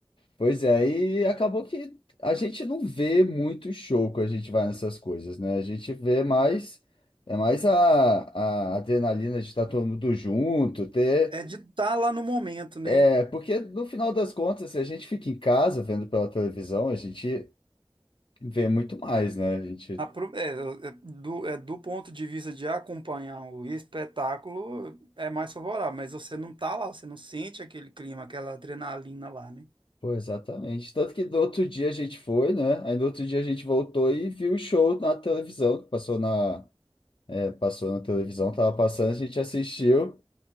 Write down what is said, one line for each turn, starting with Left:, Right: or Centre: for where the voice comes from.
Left: Pois é, e acabou que a gente não vê muito show quando a gente vai nessas coisas, né? A gente vê mais. É mais a, a adrenalina de estar todo mundo junto, ter.
Right: É de estar lá no momento, né?
Left: É, porque no final das contas, se a gente fica em casa vendo pela televisão, a gente vê muito mais, né? A gente.
Right: A é, é, do, é, do ponto de vista de acompanhar o espetáculo, é mais favorável, mas você não tá lá, você não sente aquele clima, aquela adrenalina lá, né?
Left: Pô, exatamente. Tanto que no outro dia a gente foi, né? Aí no outro dia a gente voltou e viu o show na televisão. Passou na, é, passou na televisão, tava passando, a gente assistiu.